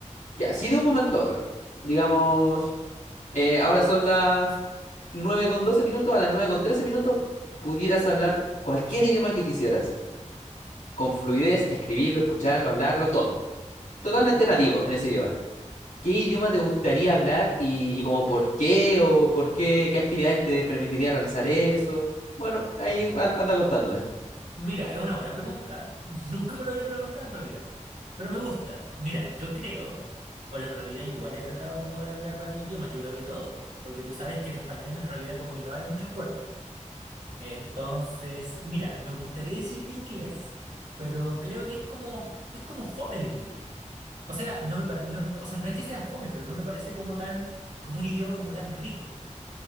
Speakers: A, on the left; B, on the right.
A: Ya, sí de un momento a otro. Digamos, eh, ahora son las 9 con 12 minutos, a las 9 con 13 minutos pudieras hablar cualquier idioma que quisieras. Con fluidez, escribirlo, escucharlo, hablarlo, todo. Totalmente
B: Ya.
A: nativo en ese idioma. ¿Qué idioma te gustaría hablar y, y como por qué o por qué, qué actividades te permitiría realizar eso? Bueno, ahí
B: Mm,
A: a- anda contándome.
B: Mira, es una buena pregunta. Nunca me lo había preguntado en realidad. Pero me gusta. Mira, yo creo. Bueno, en realidad igual he tratado como de hablar varios idiomas, yo creo que todos, po, porque tú sabes que el español en realidad como que no abre muchas puertas. Entonces, mira, me gustaría decirte inglés, pero creo que es como, es como fome el inglés. O sea, no me pare- no, no- o sea, no es que sea fome, pero no me parece como tan, como un idioma como tan rico.